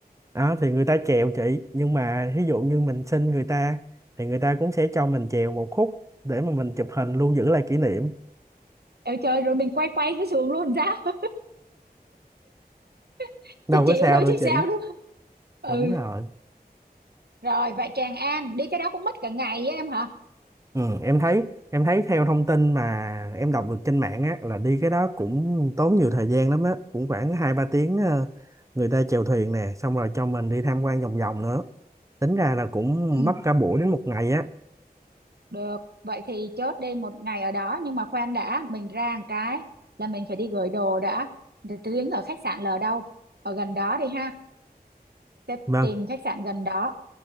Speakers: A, on the right; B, on the right.
A: đó thì người ta chèo chị nhưng mà ví dụ như mình xin người ta thì người ta cũng sẽ cho mình chèo một khúc để mà mình chụp hình lưu giữ lại kỷ niệm
B: trời trời rồi mình quay quay cái sườn luôn sao <laughs>
A: đâu
B: thì chịu
A: có sao
B: thôi
A: đâu
B: chứ
A: chị
B: sao đúng không? ừ
A: đúng rồi
B: rồi vậy Tràng An đi cái đó cũng mất cả ngày á em hả
A: ừ, em thấy em thấy theo thông tin mà em đọc được trên mạng á là đi cái đó cũng tốn nhiều thời gian lắm á cũng khoảng hai ba tiếng ờ, người ta chèo thuyền nè xong rồi cho mình đi tham quan vòng vòng nữa tính ra là cũng
B: ừ
A: mất cả buổi đến một ngày á
B: được vậy thì chốt đi một ngày ở đó nhưng mà khoan đã mình ra một cái là mình phải đi gửi đồ đã Để tiếng ở khách sạn là ở đâu ở gần đó đi ha sẽ
A: vâng
B: tìm khách sạn gần đó